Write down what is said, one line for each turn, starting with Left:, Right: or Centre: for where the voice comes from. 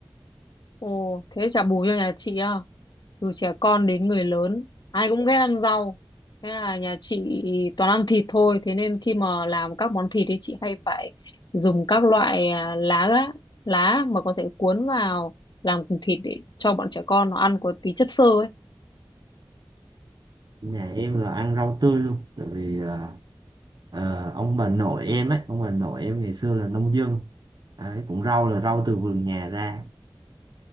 Left: Ồ, thế chả bù cho nhà chị à? Từ trẻ con đến người lớn, ai cũng ghét ăn rau. Thế là nhà chị toàn ăn thịt thôi. Thế nên khi mà làm các món thịt thì chị hay phải dùng các loại à, lá á, lá mà có thể cuốn vào làm cùng thịt để cho bọn trẻ con nó ăn có tí chất xơ ấy.
Right: nhà em là ăn rau tươi luôn tại vì ờ, ờ, ông bà nội em ấy ông bà nội em ngày xưa là nông dân Đấy, cũng rau là rau từ vườn nhà ra